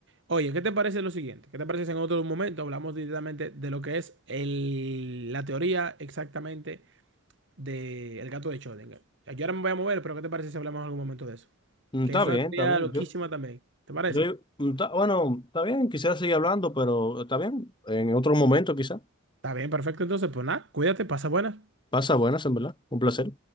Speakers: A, on the right (about 60°); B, on the left (about 20°).
A: Oye, ¿qué te parece lo siguiente? ¿Qué te parece si en otro momento hablamos directamente de lo que es el, la teoría exactamente del gato de Schrödinger? Yo ahora me voy a mover, pero ¿qué te parece si hablamos en algún momento de eso?
B: Mm,
A: Que
B: Está
A: es una
B: bien,
A: teoría
B: está bien.
A: loquísima
B: Yo
A: también. ¿Te parece?
B: Yo, está- bueno, está bien, quisiera seguir hablando, pero está bien, en otro momento quizá.
A: Está bien, perfecto. Entonces, pues nada, cuídate, pasa buenas.
B: Pasa buenas, en verdad. Un placer.